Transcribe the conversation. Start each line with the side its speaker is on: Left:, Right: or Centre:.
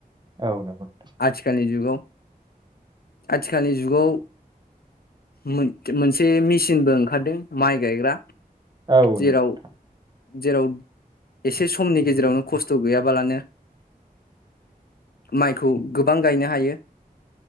Right: औ नंगौ नोंथां
Left: आथिखालनि जुगाव आथिखालनि जुगाव मोन-मोनसे मिसिन सिनबो ओंखारदों माइ गायग्रा
Right: औ
Left: जेराव
Right: नंगौ नोंथां
Left: जेराव एसे समनि गेजेरावनो खस्थ' गैयाबालानो माइखौ गोबां गायनो हायो।